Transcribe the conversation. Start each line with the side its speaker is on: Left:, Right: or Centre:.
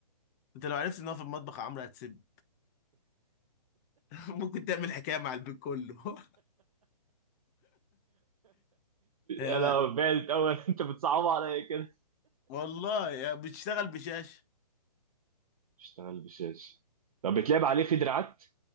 Left: انت لو عرفت ان هو في المطبخ يا عمرو هتسيب <laughs> ممكن تعمل حكايه مع البيت كله <laughs> آه،
Right: انا بعدت اول <laughs> انت بتصعب عليا كده
Left: والله يا بتشتغل بشاشه
Right: اشتغل بشاشة طب بتلعب عليه في دراعات